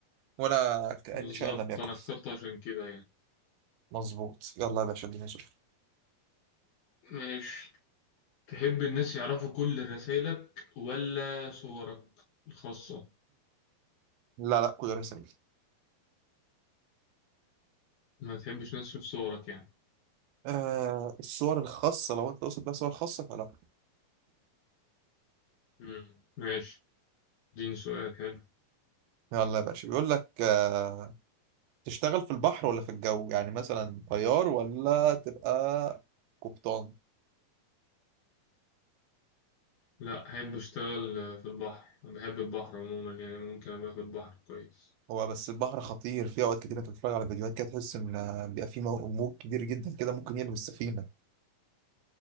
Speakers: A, on the right; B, on the left.
A: ولا كأن
B: بالظبط
A: شيئا لم يكن
B: أنا اخترت عشان كده يعني
A: مظبوط يلا يا باشا اديني سؤال
B: ماشي تحب الناس يعرفوا كل رسائلك ولا صورك الخاصة
A: لا لا كل رسائل
B: ما تحبش ناس تشوف صورك يعني
A: آه الصور الخاصة لو انت تقصد بقى صور خاصة فلا
B: مم. ماشي اديني سؤال حلو
A: يلا يا باشا بيقول لك آه تشتغل في البحر ولا في الجو يعني مثلا طيار ولا تبقى قبطان
B: لا أحب أشتغل آه، في البحر أنا بحب البحر عموما يعني ممكن أبقى في البحر كويس
A: هو بس البحر خطير في اوقات كتير انت بتتفرج على فيديوهات كده تحس ان آه، بيبقى في مو- موج كبير جدا كده ممكن يقلب السفينة